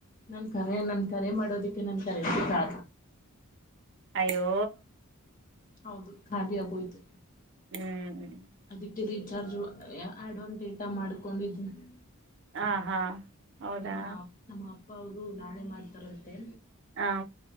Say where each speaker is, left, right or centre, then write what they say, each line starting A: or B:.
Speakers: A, on the left; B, on the right.
A: ನನ್ ಕರೆ ನನ್ ಕರೆ ಮಾಡೋದಿಕ್ಕೆ ನನ್ ಕರೆ ಕ
B: ಅಯ್ಯೋ
A: ಹೌದು ಖಬಿ ಆಗೋಯ್ತು
B: ಹ್ಮ್
A: ಅದಕ್ಕೆ ರೀಚಾರ್ಜ್ ಆ್ಯಡನ್ ಡೇಟಾ ಮಾಡ್ಕೊಂಡಿದ್ನವಿ
B: ಹಾ ಹಾ ಹೌದಾ
A: ನಮ್ಮ ನಮ್ಮ ಅಪ್ಪ ಅವರು ನಾಳೆ ಮಾಡ್ತಾರಂತೆ
B: ಹ